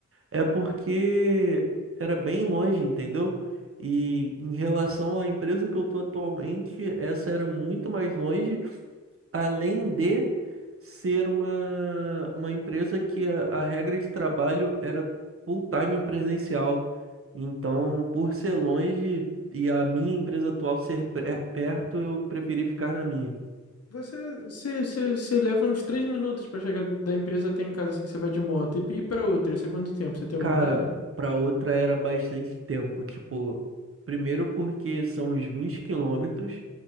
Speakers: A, on the right; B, on the left.
A: é porque era bem longe, entendeu? E em relação à empresa que eu tô atualmente, essa era muito mais longe. além de ser uma, uma empresa que a, a regra de trabalho era full-time presencial. Então, por ser longe e a minha empresa atual ser pe- perto, eu preferi ficar na minha.
B: Você, você, você, você leva uns três minutos pra chegar da empresa até em casa, assim que você vai de moto. E ir pra outra, isso é quanto tempo? Você tem
A: Cara,
B: alguma ideia?
A: para outra era bastante tempo. Tipo, primeiro porque são uns vinte quilômetros.